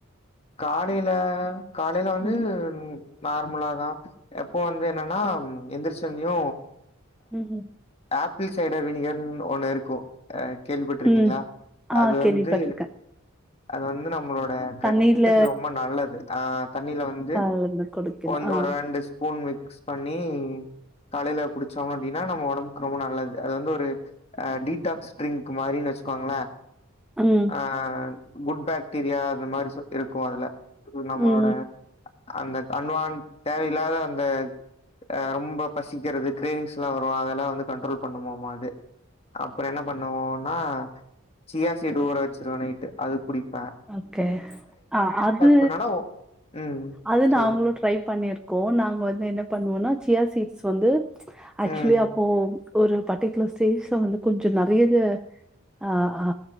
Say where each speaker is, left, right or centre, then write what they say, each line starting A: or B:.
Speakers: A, on the left; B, in the centre.
A: காலையில காலையில வந்து
B: ம்
A: நார்மலாதா எப்பவு வந்து என்னன்னா எந்திரிச்ச உனையு
B: ம் ஹும்
A: ஆப்பிள் சைடர் விணிகர்ன் ஒண்ணு இருக்கு அ கேள்விப்பட்ருக்கிங்களா
B: ம் ஆ
A: அது
B: கேள்விப்பட்ருக்கே
A: வந்து அது வந்து நம்மளோட கட்
B: தண்ணில
A: டுக்கு ரொம்ப நல்லது ஆ தண்ணில வந்து
B: கால்ல குடிக்கணு
A: ஒண்
B: ஆ
A: ஒரு ரெண்டு ஸ்பூன் மிக்ஸ் பண்ணி காலையில குடிச்சோன்னா அப்டின்னா நம்ம ஒடம்புக்கு ரொம்ப நல்லது அது வந்து ஒரு ஆ டீடாக்ஸ் ட்ரிங்க் மாரினு வெச்சுக்கோங்களே
B: ம்
A: ஆ குட் பாக்டீரியா அந்த மாரி சு இருக்கு அதுல நம்மளோட
B: ம்
A: அந்த அன்வான் தேவையில்லாத அந்த ஆ ரொம்ப பசிக்கிறதுக்கு கிரேவிங்ஸ் எல்லாம் வரும் அது எல்லாம் வந்து கண்ட்ரோல் பண்ணுமா அது அப்ரோ என்ன பண்ணுவோம்னா சியாசிடு ஊற வச்சிருவ நைட்டு அது குடிப்ப
B: ஓகே அ அது
A: பண்ணனா ஒ ம்
B: அது
A: சொல்லுங்க
B: நான் அவங்களோடு ட்ரை பண்ணிருக்கோம் நாங்க வந்து என்ன பண்ணுவோம்ன்னா சியாசிடுஸ் வந்து ஆக்சுவல
A: ம்
B: ஓ ஒரு பர்ட்டிகுலர் ஸ்டேஜ்ல வந்து கொஞ்சோ நறையதா அ ஆ